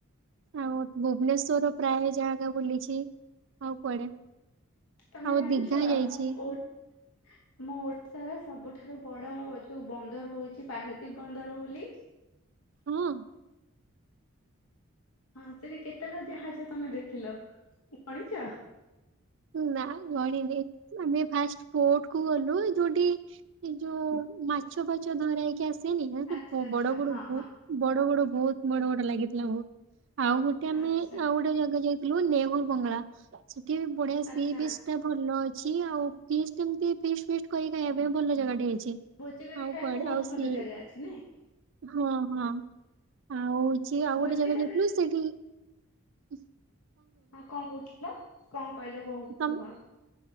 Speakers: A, on the right; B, on the left.
A: ଆଉ ଭୁବନେଶ୍ୱର ପ୍ରାୟ ଜାଗା ବୁଲିଛି ଆଉ କୁଆଡେ।
B: ତମେ
A: ଆଉ
B: ଜାଣିଛ
A: ଦିଘା
B: ଆମ
A: ଯାଇଛି
B: ଓ ଆମ ଓଡିଶାର ସବୁଠାରୁ ବଡ ଯୋଉ ବନ୍ଦର ହଉଛି ପାରାଦ୍ବୀପ ବନ୍ଦର ବୋଲି।
A: ହଁ।
B: ହଁ ସେଠି କେତେଟା ଜାହାଜ ତମେ ଦେଖିଲ ଗଣିଛ?
A: ନା ଗଣିନି ଆମେ ଫାଷ୍ଟ କୋଟ କୁ ଗଲୁ ଯୋଉଠି? ସେଇ ଯୋଉ ମାଛ ପାଛ ଧରା ହେଇ କି ଆସେନି ଏ
B: ଆଚ୍ଛା ଆଚ୍ଛା
A: ବଡ ବଡ
B: ହଁ
A: ବହୁ
B: ହଁ
A: ବଡ ବଡ ବହୁତ ବଡ ବଡ ଲାଗିଥିଲା ବହୁତ। ଆଉ ଗୋଟେ ଆମେ
B: ଆଚ୍ଛା
A: ଆଉ ଗୋଟେ ଜାଗା ଯାଇଥିଲୁ ନେହୁର ବଙ୍ଗଳା, ସେଠି ବି ବଢିଆ
B: ଆଚ୍ଛା
A: ସି ବିଜ୍ ଟା ଭଲ ଅଛି ଆଉ ପିଷ୍ଟ ଏମତିି ଫିଷ୍ଟ ଫିଷ୍ଟ କରି ଖାଇବା ପାଇଁ ଭଲ ଜାଗାଟେ ହେଇଛି।
B: ଭୋଜି କରି
A: ଆଉ
B: ଖାଇବାକୁ
A: କୁଆଡେ
B: ବହୁତ
A: ଆଉ ସି
B: ଭଲ ଜାଗା ଅଛି ନାଇଁ?
A: ହଁ ହଁ ଆଉ ହଉଛି ଆଉ
B: ଭୋଜି
A: ଗୋଟେ ଜାଗା
B: ଟା
A: ଯାଇଥିଲୁ
B: ବେଶ
A: ସେଠି ହ
B: ହଁ କଣ କହୁଥିଲ କଣ କହିଲ କୋ
A: ତମ
B: କୁହ?